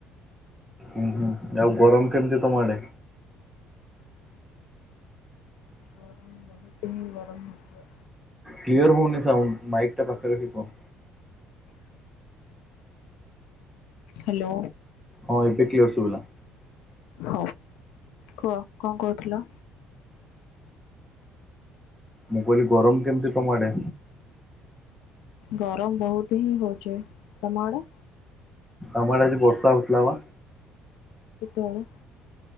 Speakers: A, in the centre; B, on the left.
A: ଉଁ ହୁଁ ଆଉ ଗରମ କେମତି ତମ ଆଡେ।
B: ଗରମ ବହୁତ ହିଁ ଗରମ ହଉଛି।
A: କ୍ଲିୟର ହଉନି ସାଉଣ୍ଡ ମାଇକ ଟା ପାଖରେ ରଖି କୁହ।
B: ହାଲୋ।
A: ହଁ ଏବେ କ୍ଲିୟର ସୁବିଲା।
B: ହଉ କୁଅ କଁ କହୁଥିଲ।
A: ମୁଁ କହିଲି ଗରମ କେମତି ତମ ଆଡେ।
B: ଗରମ ବହୁତ ହିଁ ହଉଛି ତମ ଆଡେ।
A: ଆମ ଆଡେ ଆଜି ବର୍ଷା ହଉଥିଲା ବା।
B: କେତେବେଳେ।